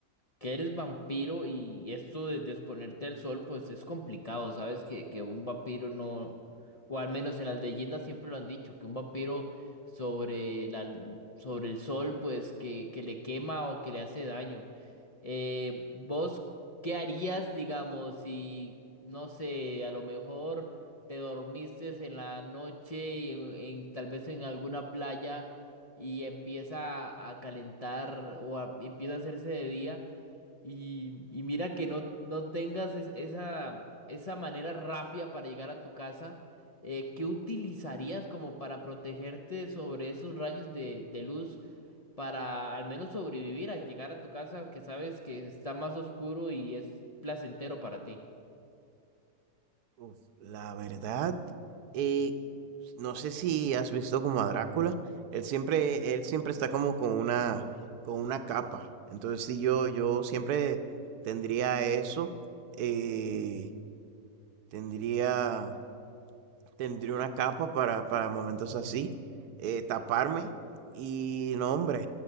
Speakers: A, on the left; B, on the right.
A: que eres vampiro y esto de, de exponerte al sol, pues es complicado, ¿sabes? Que, que un vampiro no, o al menos en las leyendas siempre lo han dicho, que un vampiro sobre la, l- sobre el sol, pues que, que le quema o que le hace daño. Eh, ¿vos qué harías, digamos, si, no sé, a lo mejor te dormiste en la noche en, en- tal vez en alguna playa y empieza a calentar o a- empieza a hacerse de día y, y mira que no, no tengas es- esa, esa manera rápida para llegar a tu casa? eh, ¿qué utilizarías como para protegerte sobre esos rayos de, de luz? para al menos sobrevivir a llegar a tu casa que sabes que está más oscuro y es placentero para ti.
B: Uf, la verdad, eh, no sé si has visto como a Drácula. Él siempre, él siempre está como con una, con una capa. Entonces sí, yo, yo siempre tendría eso. eh, tendría Tendría una capa para, para momentos así, eh, taparme y no, hombre.